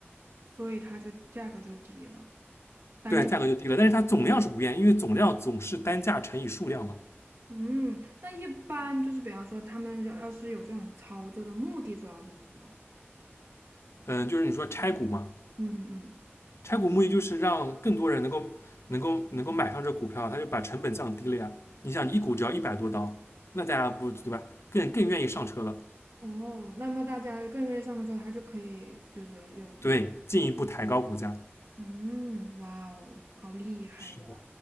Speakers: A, on the right; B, on the left.
A: 所以它就价格就低了，单价。
B: 对，价格就低了，但是它总量是不变，因为总量总是单价乘以数量嘛。
A: 嗯，那一般就是比方说他们要要是有这种操作的目的主要是什么呢？
B: 嗯，就是你说拆股嘛，
A: 嗯嗯
B: 拆股目的就是让更多人能够能够能够买上这股票，它就把成本降低了呀。你想，一股只要一百多刀，那大家不对吧？更更愿意上车了，
A: 嗯，哦，那么大家更愿意上课之后，他就可以就是有，
B: 对，
A: 就
B: 进一步抬高股价。
A: 嗯，嗯哇哦，好厉害呀！
B: 是的，